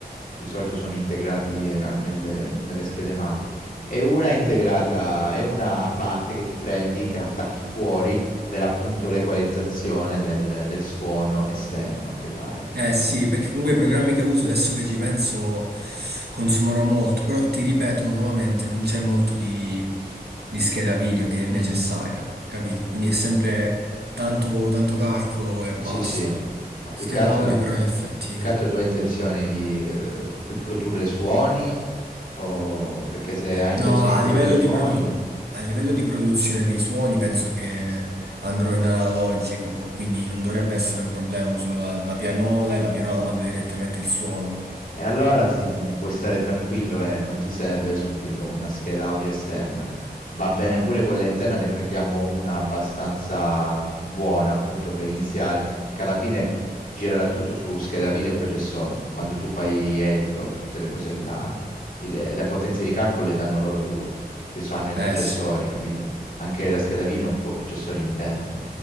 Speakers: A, on the left; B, on the right.
A: Di solito sono integrati eh, nelle, nelle schede madri. E una integrata, è una a parte che ti prendi, che attacchi fuori per appunto l'equalizzazione del, del suono esterno che vai appunto
B: Eh sì,
A: a...
B: perché comunque i programmi che uso adesso che ci penso consumano molto, però ti ripeto nuovamente, non c'è molto di, di scheda video che è necessaria,
A: Mm, mm.
B: capito? Quindi è sempre tanto, tanto calcolo e basta.
A: Sì, sì, ma più
B: Scheda
A: che altro...
B: audio però in effetti...
A: Più che altro tu hai intenzione di eh, di produrre suoni o perché se hai
B: No,
A: intenzione
B: a
A: di produrre
B: livello
A: suoni...
B: di, produ- a livello di produzione dei suoni penso che andrò in analogico, quindi non dovrebbe essere un problema, uso la, la pianola e la pianola manda direttamente il suono.
A: E allora ti puoi stare tranquillo e non ti serve subito una scheda audio esterna. Va bene pure quella interna, ne prendiamo una abbastanza buona appunto per iniziare, perché alla fine girerà tutto su scheda video e processore. Quando tu fai editor, tutte le cose là, il- le potenze di calcolo le danno loro due, che hanno i
B: Eh
A: processori,
B: sì.
A: capito? Anche la scheda video ha un suo processore interno